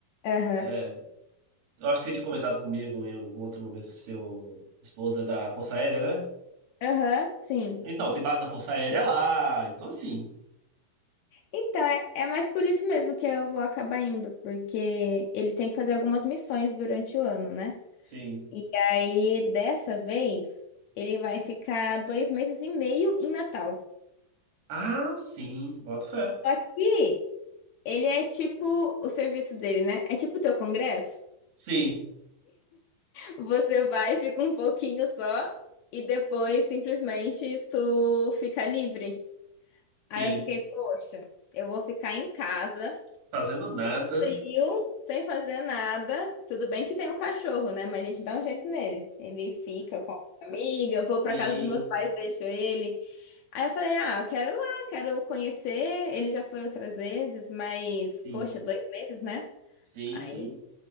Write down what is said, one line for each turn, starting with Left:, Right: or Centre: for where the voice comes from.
Left: Aham,
Right: É, eu acho que você tinha comentado comigo em algum outro momento que seu esposa é da Força Aérea, né?
Left: aham, sim.
Right: Então, tem base da Força Aérea lá. Então, assim.
Left: Então, é, é mais por isso mesmo que eu vou acabar indo, porque ele tem que fazer algumas missões durante o ano, né?
Right: Sim.
Left: E aí, dessa vez, ele vai ficar dois meses e meio em Natal.
Right: Ah, sim. Boto fé.
Left: Só que ele é tipo o serviço dele, né? É tipo o teu congresso.
Right: Sim,
Left: Você vai, fica um pouquinho só e depois simplesmente tu fica livre.
Right: sim.
Left: Aí eu fiquei, poxa, eu vou ficar em casa,
Right: Fazendo nada.
Left: frio, sem fazer nada. Tudo bem que tem um cachorro, né? Mas a gente dá um jeito nele. Ele fica com a amiga, eu
Right: Sim,
Left: vou pra casa dos meus pais, deixo ele. Aí eu falei, ah, eu quero ir lá, quero conhecer. Ele já foi outras vezes, mas,
Right: sim.
Left: poxa, dois meses, né?
Right: Sim,
Left: Aí
Right: sim.